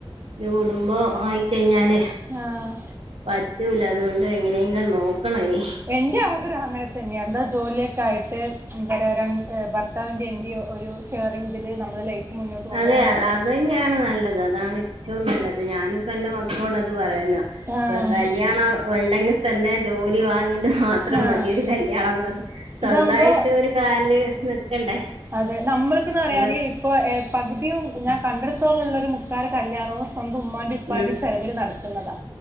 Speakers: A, on the right (about 85°); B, on the right (about 25°).
A: ഒരു കുടുംബം ആയിക്കഴിഞ്ഞാലേ
B: ആഹ്
A: പറ്റൂല അതുകൊണ്ട് എങ്ങനെങ്കിലും നോക്കണം ഇനി
B: എന്റെ ആഗ്രഹം അങ്ങനെ തന്നെയ എന്താ ജോലിയൊക്കെ ആയിട്ട് എന്താ രണ്ട് അഹ് ഭാ <unintelligible> വേണ്ടി ഒരു ഷെയറിംഗ് ബില്ല് നമ്മടെ ലൈഫ് മുന്നോട്ട് കൊണ്ടുപോകണം
A: അതെ
B: എന്നുള്ളതാ
A: അത് തന്നെയാണ് നല്ലത് അതാണ് ഏറ്റവും നല്ലത് ഞാനിപ്പ എന്റെ മക്കളോട് അത് പറയാ
B: ആഹ്
A: കല്യാണം ഉണ്ടെങ്കി തന്നെ ജോലി വാങ്ങിട്ട് മാത്രം
B: ആഹ്
A: മതിഒരു കല്ല്യാണം എന്ന് പറഞ സ്വന്തയിട്ട്
B: ഇതാകുമ്പോ
A: ഒരു കലില് നിക്കണ്ടേ
B: അതെ നമ്മൾക്കന്ന് പറയാന്
A: ഇപ്പൊ
B: ഇപ്പോൾ പകുതിയും ഞാൻ കണ്ടെടുത്തോളുള്ളൊരു മുക്കാല് കല്യാണവും സ്വന്തം ഉമ്മാന്റെ ഉപ്പാന്റെ
A: ഉം
B: ചെലവില് നടത്തുന്നതാ